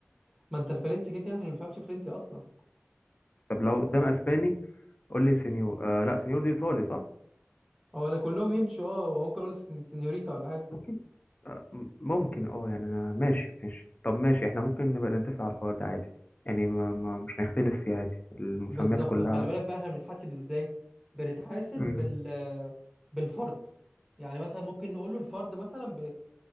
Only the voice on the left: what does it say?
طب لو قدام اسباني قول لي سينيور آه لا سينيور دي ايطالي صح
ممكن آه م- ممكن اه يعني انا ماشي ماشي طب ماشي احنا ممكن نبقى نتفق على الحوار ده عادي يعني ما ما مش هنختلف فيه عادي المسميات
كلها
مم،